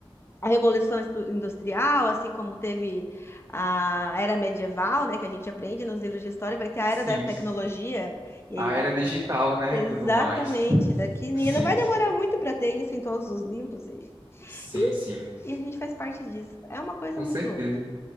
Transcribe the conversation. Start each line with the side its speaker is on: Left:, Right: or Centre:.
Left: a Revolução Estu- Industrial, assim como teve a Era Medieval, né, que a gente aprende nos livros de história, vai ter a
Right: Sim,
Left: Era da Tecnologia.
Right: sim.
Left: E
Right: A
Left: aí,
Right: era digital, né,
Left: exatamente,
Right: e tudo mais.
Left: daqui e
Right: Sim,
Left: não vai
Right: sim.
Left: demorar muito para ter isso em todos os livros e,
Right: Sim,
Left: e,
Right: sim.
Left: e a gente faz parte disso. É uma coisa
Right: Com
Left: muito
Right: certeza.
Left: louca.